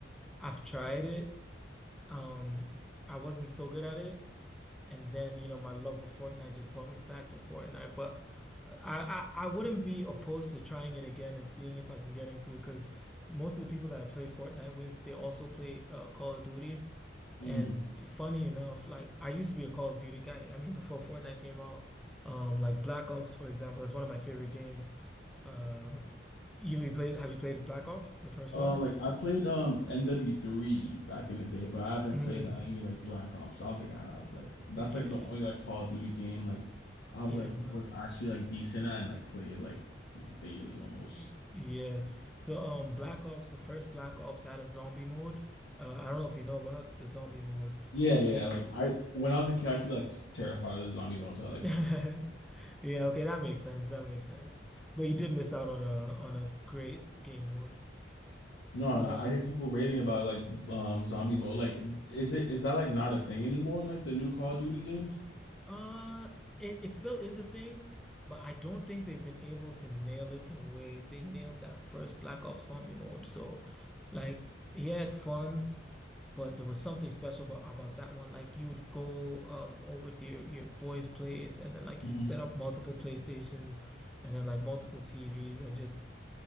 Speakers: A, in the centre; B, on the left (about 80°).
A: I've tried it. Um, I wasn't so good at it, and then you know my love for Fortnite just brought me back to Fortnite. But I I, I wouldn't be opposed to trying it again and seeing if I can get into it because most of the people that I play Fortnite with, they also play uh, Call of Duty.
B: Mm.
A: And funny enough, like I used to be a Call of Duty guy. I mean, before Fortnite came out, um, like Black Ops, for example, is one of my favorite games. Uh, you, you played? Have you played Black Ops, the first
B: Um
A: one?
B: like I played um MW3 back in the day, but I haven't
A: Mm,
B: played uh, any like Black Ops. I don't think I have. Like that's
A: yeah,
B: like the only like Call of Duty game like I've
A: you
B: like
A: didn't play.
B: was actually like decent at and like played like daily almost.
A: Y- Yeah. So, um, Black Ops, the first Black Ops had a zombie mode. Uh, I don't know if you know about the zombie mode,
B: Yeah,
A: but
B: yeah.
A: basically,
B: Like I when I was a kid, I used to be like terrified of the zombie mode, so
A: <laughs>
B: I like
A: yeah,
B: never played.
A: okay, that makes sense. That makes sense. But you did miss out on a on a great game mode.
B: No,
A: Um.
B: no. I hear people raving about like um zombie mode. Like, is it is that like not a thing anymore in like the new Call of Duty games?
A: Uh, it, it still is a thing, but I don't think they've been able to nail it the way they nailed that first Black Ops Zombie mode. So, like, yeah, it's fun, but there was something special about, about that one. Like, you'd go um over to your your boy's place, and then like
B: hmm
A: you'd set up multiple PlayStations, and then like multiple TVs, and just